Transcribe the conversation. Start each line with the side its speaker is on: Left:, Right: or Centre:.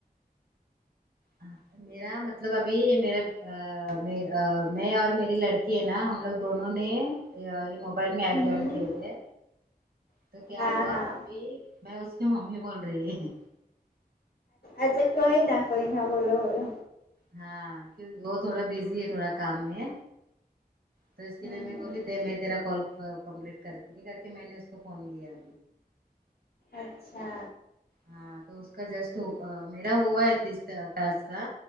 Right: ہاں میرا مطلب ابھی میرا میں آ میں اور میری لڑکی ہے نا ہم لوگ دونوں نے ہاں یہ موبائل میں ایپ
Left: ہوں
Right: جوائن کیے تھے تو کیا
Left: ہاں
Right: ہوا
Left: ہاں
Right: ابھی میں اس کی ممی بول رہی ہوں
Left: اچھا کئی نا کئی نا بولو ہولا
Right: ہاں کیو وہ تھوڑا بزی ہے تھوڑا کام میں تو اس کے
Left: ہ
Right: لیے میں بولی دے میں تیرا کال کمپلیٹ کرتی کر کے میں نے اس کو فون لیا
Left: اچھا
Right: ہاں تو اس کا جسٹ میرا ہوا ہے تیس آ ٹاسک کا